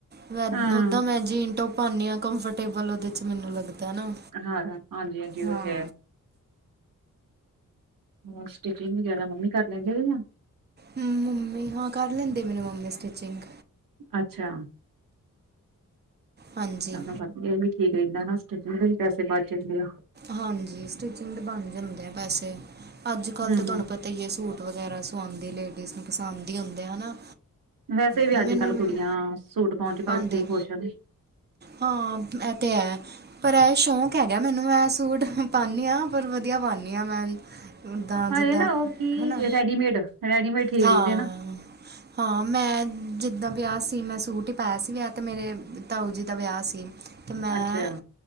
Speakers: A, on the right; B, on the right.
A: ਵੈ
B: ਹਾਂ,
A: ਉੱਦਾਂ ਮੈਂ ਜੀਨ ਟੋਪ ਪਾਣੀ ਆ ਕੰਫਰਟੇਬਲ ਉਹਦੇ 'ਚ ਮੈਨੂੰ ਲੱਗਦਾ। ਨਾ
B: ਹਾਂ ਹਾਂਜੀ-ਹਾਂਜੀ ਉਹ
A: ਹਾਂ।
B: ਤੇ ਹੈ ਹੋਰ ਸਟਿਚਿੰਗ ਵਗੈਰਾ ਮੰਮੀ ਕਰ ਲੈਂਦੇ ਨੇ ਨਾ।
A: ਮੰਮੀ ਹਾਂ ਕਰ ਲੈਂਦੇ ਮੇਰੀ ਮੰਮੀ ਸਟਿਚਿੰਗ।
B: ਅੱਛਾ,
A: ਹਾਂਜੀ
B: ਚਲੋ ਇਹ ਵੀ ਠੀਕ ਰਹਿੰਦਾ ਨਾ ਸਟੀਚਿੰਗ ਦੇ ਹੀ ਪੈਸੇ ਬਚ ਜਾਂਦੇ ਆ।
A: ਹਾਂਜੀ, ਸਟਿਚਿੰਗ ਦੇ ਬਣ ਜਾਂਦੇ ਆ ਪੈਸੇ ਅੱਜ ਕੱਲ੍ਹ
B: ਹੂੰ-ਹੂੰ
A: ਤਾਂ ਤੁਹਾਨੂੰ ਪਤਾ ਈ ਸੂਟ ਵਗੈਰਾ ਸੁਆਉਂਦੀ ਲੇਡੀਜ਼ ਨੂੰ ਪਸੰਦ ਹੀ ਹੁੰਦੇ ਆ ਨਾ।
B: ਵੈਸੇ ਵੀ
A: ਮੈਨੂੰ
B: ਅੱਜ ਕੱਲ ਕੁੜੀਆਂ ਸੂਟ ਪਾਉਣ ਚ
A: ਪਾਉਂਦੇ
B: ਘੱਟ ਹੀ ਖੁਸ਼ ਨੇ।
A: ਹਾਂ ਇਹ ਤੇ ਹੈ। ਪਰ ਇਹ ਸ਼ੌਂਕ ਹੈਗਾ ਮੈਨੂੰ ਮੈਂ ਸੂਟ ਪਾਣੀ ਆ ਪਰ ਵਧੀਆ ਪਾਣੀ ਆ ਮੈਂ ਓਦਾਂ
B: ਪਰ
A: ਜਿੱਦਾਂ
B: ਇਹ ਨਾ ਉਹ ਕੀ
A: ਹੈਨਾ
B: ਰੈਡੀਮੇਡ ਰੈਡੀਮੇਡ ਠੀਕ
A: ਹਾਂ।
B: ਰਹਿੰਦੇ ਨਾ
A: ਹਾਂ, ਮੈਂ ਜਿੱਦਾਂ ਵਿਆਹ ਸੀ ਮੈਂ ਸੂਟ ਹੀ ਪਾਇਆ ਸੀ ਵਿਆਹ ਤੇ ਮੇਰੇ ਤਾਊ ਜੀ ਦਾ ਵਿਆਹ ਸੀ। ਤੇ ਮੈਂ
B: ਅੱਛਾ